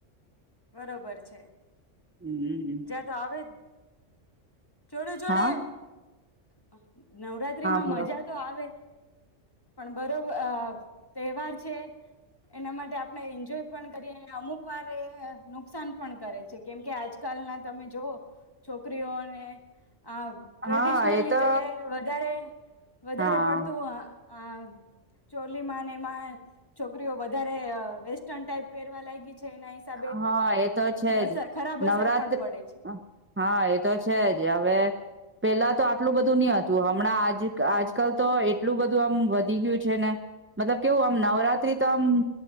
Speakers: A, on the left (about 20°); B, on the right (about 15°).
A: બરોબર છે
B: હમ હમ હ
A: દવેે જોડે જોડે
B: હા
A: અ નવરાત્રી
B: હા
A: માં
B: બોલો
A: મજા તો આવે પણ બરોબર તહેવાર છે એના માટે આપણે એન્જોય પણ કરીએ અને અમુક વાર એ નુકસાન પણ કરે છે કેમ કે આજ લ ના તમે જવઓ છોકરીઓને હ ટ્રેડિશનલ
B: હા એ
A: ની
B: તો
A: જગ્યાએ વધારે વધારે
B: હા
A: પડતું આ ચોલીમાં ને એમાં છોકરીઓ વધારે વેસ્ટર્ન ટાઈપ પહેરવા લાગી એના હિસાબે
B: હા એ તો છે
A: અ
B: જ
A: ખરાબ
B: નવરાત્ર
A: અસર પણ
B: હા
A: પડે છે
B: એ તો છે જ હવે પેલા તો આટલું બધું નહ હતું હમણાં આ આજકાલ તો એટલું બધું આમ વધી ગયું છે ને મતલબ કેવું આમ નવરાત્રી તો આમ